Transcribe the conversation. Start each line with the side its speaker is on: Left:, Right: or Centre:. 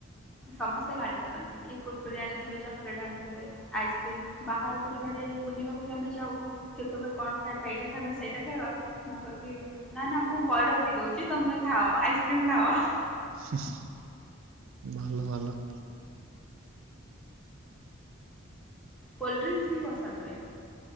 Centre: ସମସ୍ତେ ଗାଳି କରନ୍ତି କିଏ କୁର୍ କୁରି ଆଣିଥିବେ, ଚକୋଲେଟ୍ ଆଣିଥିବେ। ଆଇସ୍କ୍ରିମ ବାହାରକୁ ଯୁଆଡେ ବୁଲିବାକୁ ଆମେ ଯାଉ ସେତେବେଳେ କଣ ଖାଇବ ଏଇଟା ଖାଇବ ସେଇଟା ଖାଇବ ମୁଁ କହିବି ନା ନା ମୁଁ ପଇଡ ପିଇ ଦଉଛି ତମେ ଖାଅ ଆଇସ୍କ୍ରିମ ଖାଅ।
Right: ହୁଁ ଭଲ ଭଲ।
Centre: କୋଲ୍ଡ୍ରିଙ୍କସ୍ ବି ପସନ୍ଦ ନୁହେ।